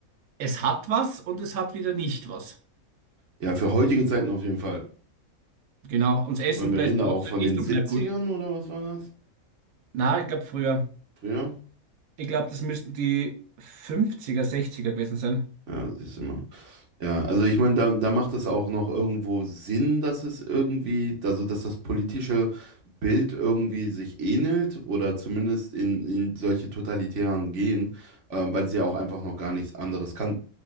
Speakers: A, on the right (about 85°); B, on the right (about 60°).
A: es hat was und es hat wieder nicht was.
B: Ja, für heutige Zeiten auf jeden Fall.
A: Genau, und das Essen
B: Ich meine, wir
A: bleibt
B: reden da
A: trotzdem,
B: auch von
A: ist
B: den
A: und
B: Siebzigern
A: bleibt gut.
B: oder was war das?
A: Na, ich glaube früher.
B: Früher?
A: Ich glaube, das müssten die 50er, 60er gewesen sein.
B: Ja, siehst du mal. Ja, also ich meine, da, da macht es auch noch irgendwo Sinn, dass es irgendwie, also dass das politische Bild irgendwie sich ähnelt oder zumindest in, in solche totalitären gehen, ähm, weil sie auch einfach noch gar nichts anderes kannten.